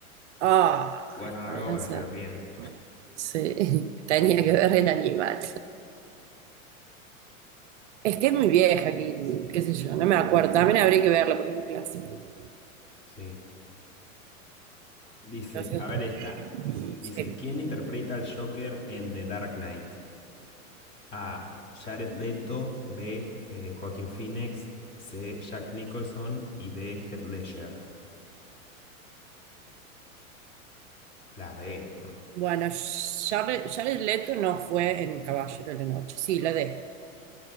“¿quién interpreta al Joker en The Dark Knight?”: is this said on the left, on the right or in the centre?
Left